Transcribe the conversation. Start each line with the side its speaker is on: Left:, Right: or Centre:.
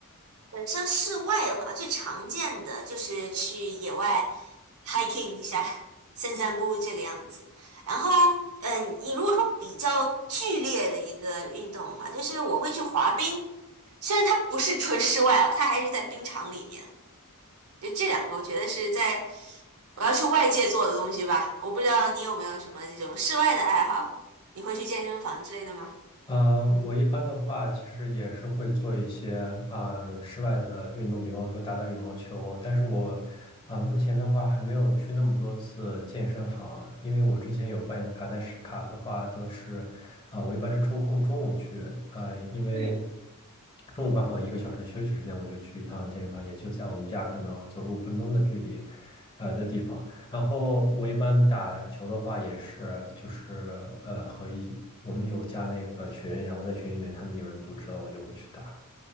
Right: 呃，像室外的话，最常见的就是去野外 hiking 一下，散散步这个样子。然后，嗯，你如果说比较剧烈的一个运动的话，就是我会去滑冰，虽然它不是纯室外啊，它还是在冰场里面。就这两个，我觉得是在我要去外界做的东西吧。我不知道你有没有什么这种室外的爱好，你会去健身房之类的吗？
Left: 呃，我一般的话，其实也是会做一些啊、呃室外的运动，比方说打打羽毛球。但是我啊、目前的话还没有去那么多次健身房，因为我之前有办一个卡，但是卡的话都是啊、我一般是抽空中午去，呃，因为
Right: 嗯
Left: 中午刚好有一个小时的休息时间，我就去一趟健身房，也就在我们家可能走路五分钟的距离，呃的地方。然后我一般打球的话也是，就是呃和一我们有加那个群，然后在群里面他们有人组织了，我就会去打。